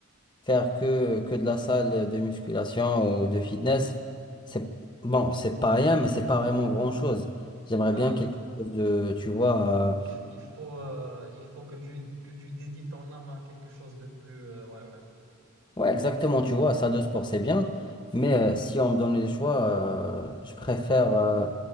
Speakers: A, on the left (about 20°); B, on the right (about 70°).
A: faire que, que de la salle de musculation ou de fitness, c'est bon, c'est pas rien, mais c'est pas vraiment grand-chose. J'aimerais
B: Ah,
A: bien quelque chose de, tu vois, euh,
B: il, f- il faut, euh, il faut que tu, que tu dédies ton âme à quelque chose de plus... euh, ouais, ouais.
A: Ouais, exactement, tu vois, ça de sport, c'est bien, mais euh, si on me donne les choix, euh, je préfère
B: Hmm.
A: euh,